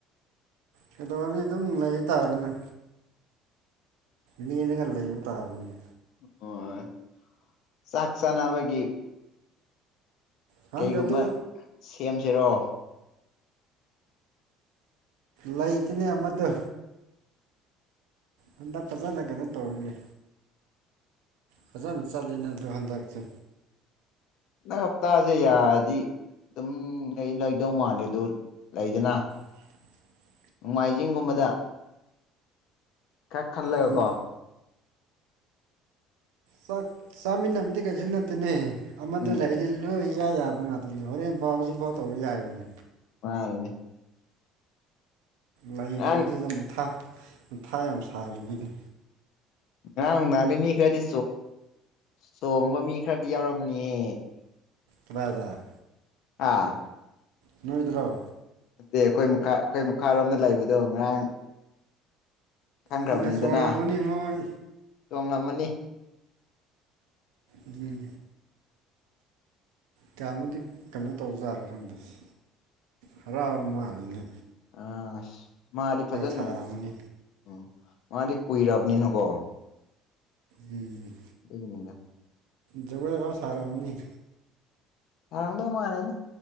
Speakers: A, on the right; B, on the left.
A: ꯀꯩꯗꯧꯔꯅꯤ ꯑꯗꯨꯝ ꯂꯩ ꯇꯥꯔꯦꯅꯦ ꯂꯦꯜꯂꯒ ꯂꯩꯕ ꯇꯥꯕꯅꯤꯅ
B: ꯑꯣ ꯆꯥꯛ ꯆꯅꯕꯒꯤ
A: ꯈꯪꯗꯦ
B: ꯀꯩꯒꯨꯝꯕ
A: ꯑꯗꯨ
B: ꯁꯦꯝꯁꯤꯔꯣ
A: ꯂꯩꯇꯦꯅꯦ ꯑꯃꯗꯨ ꯍꯟꯗꯛ ꯐꯖꯅ ꯀꯩꯅꯣ ꯇꯧꯔꯤꯅꯦ ꯐꯖꯅ ꯆꯠꯂꯤꯅꯦ ꯑꯗꯣ ꯍꯟꯗꯛꯁꯦ
B: ꯅꯪ ꯍꯞꯇꯥꯁꯦ ꯌꯥꯔꯗꯤ ꯑꯗꯨꯝ ꯂꯩꯗꯧ ꯃꯥꯜꯂꯦ ꯑꯗꯨ ꯂꯩꯗꯅ
A: <unintelligible>
B: ꯅꯣꯡꯃꯥꯏꯖꯤꯡꯒꯨꯝꯕꯗ ꯀ ꯈꯜꯂꯦꯒꯀꯣ
A: ꯎꯝ ꯆꯥꯛ ꯆꯥꯃꯤꯟꯅꯕꯗꯤ ꯀꯩꯁꯨ ꯅꯠꯇꯦꯅꯦ ꯑꯃꯗ
B: ꯎꯝ
A: ꯂꯩꯔꯤ ꯅꯣꯏ ꯏꯌꯥ ꯌꯥꯕ ꯉꯥꯛꯇꯅꯦ ꯍꯣꯔꯦꯟꯐꯥꯎ ꯍꯧꯖꯤꯛꯐꯥꯎ ꯇꯧꯕ ꯌꯥꯔꯤꯅꯦ
B: ꯃꯥꯅꯤꯅ‌ꯦ
A: ꯂꯩꯗꯕꯗꯨꯗ
B: ꯉꯔꯥꯡ
A: ꯃꯊꯥ ꯃꯊꯥ ꯌꯥꯝ ꯁꯥꯔꯤꯕꯅꯤ
B: ꯉꯔꯥꯡ ꯅꯨꯡꯗꯥꯡꯗꯤ ꯃꯤ ꯈꯔꯗꯤ ꯆꯣꯡꯕ ꯃꯤ ꯈꯔꯗꯤ ꯌꯥꯎꯔꯝꯃꯅꯤꯍꯦ
A: ꯀꯗꯥꯏꯗ
B: ꯑꯥ
A: ꯅꯣꯏꯗ꯭ꯔꫭ
B: ꯗꯦ ꯑꯩꯈꯣꯏ ꯃꯈꯥ ꯑꯩꯈꯣꯏ ꯃꯈꯥꯔꯣꯝꯗ ꯂꯩꯕꯗꯣ ꯉꯔꯥꯡ ꯈꯪꯈ꯭ꯔꯕꯅꯤꯗꯅ
A: ꯅꯪꯅ ꯆꯣꯡꯂꯝꯒꯅꯤ ꯃꯣꯏ
B: ꯆꯣꯉꯝꯃꯅꯤ
A: ꯎꯝ ꯀꯌꯥꯃꯨꯗꯤ ꯀꯩꯅꯣ ꯇꯧꯖꯥꯂ ꯈꯪꯗ꯭ꯔꯤꯁꯤ ꯍꯔꯥꯎ ꯃꯥꯜꯂꯦꯅꯤ
B: ꯑ ꯑꯁ ꯃꯥꯗꯤ ꯐꯖꯅ
A: ꯁꯥꯔꯝꯒꯅꯤ
B: ꯎꯝ ꯃꯥꯗꯤ ꯀꯨꯏꯔꯕꯅꯤꯅꯀꯣ
A: ꯎꯝ
B: ꯑꯗꯨꯒꯤꯅꯤꯗꯥ
A: ꯖꯒꯣꯏꯀꯥ ꯁꯔꯝꯅꯤ
B: ꯌꯥꯔꯝꯗꯧ ꯃꯥꯥꯟꯂꯦꯗ